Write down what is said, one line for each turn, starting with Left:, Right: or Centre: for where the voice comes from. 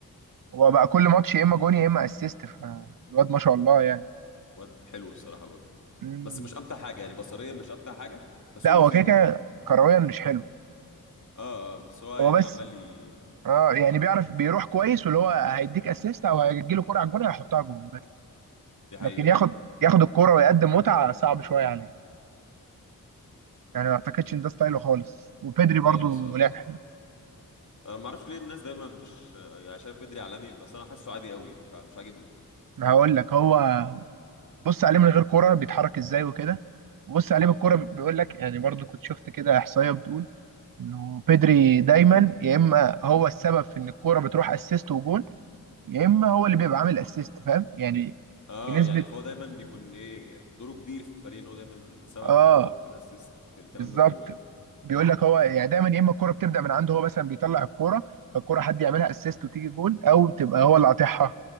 Right: هو بقى كل ماتش يا اما جون يا اما اسيست فالواد ما شاء الله يعني
Left: واد حلو الصراحة برضو
Right: مم.
Left: بس مش امتع حاجة يعني بصريا مش امتع حاجة بس
Right: لا
Left: هو
Right: هو
Left: مفيد
Right: كده كده كرويا مش حلو
Left: اه اه بس هو يعني
Right: هو بس
Left: عمال لي
Right: اه يعني بيعرف بيروح كويس واللي هو هيديك اسيست او هيجيله كرة على الجون هيحطها جون بس
Left: دي حقيقة
Right: لكن ياخد
Left: آه،
Right: ياخد الكرة ويقدم متعة صعب شوية عليه يعني ما اعتقدش ان ده ستايله خالص وبيدري برضو
Left: خالص اه
Right: لعب حلو
Left: انا ما اعرفش ليه الناس دايما مش يعني شايف بدري عالمي بس انا حاسه عادي قوي مش ع- مش عاجبني
Right: ما هقول لك هو بص عليه من غير كرة بيتحرك ازاي وكده وبص عليه
Left: اه
Right: بالكرة بيقول لك يعني برضو كنت شفت كده احصائية بتقول انه بيدري دايما يا اما هو السبب في ان الكرة بتروح اسيست وجون يا اما هو اللي بيبقى عامل اسيست فاهم يعني
Left: اه
Right: بنسبة
Left: يعني فهو دايما بيكون ايه يعني دوره كبير في الفريق ان هو دايما السبب
Right: اه
Left: في الجون في الاسيست في الكلام
Right: بالظبط
Left: ده كله يعني
Right: بيقول لك هو يعني دايما يا اما الكوره بتبدا من عنده هو مثلا بيطلع الكوره فالكوره حد يعملها اسيست وتيجي جول او تبقى هو اللي قاطعها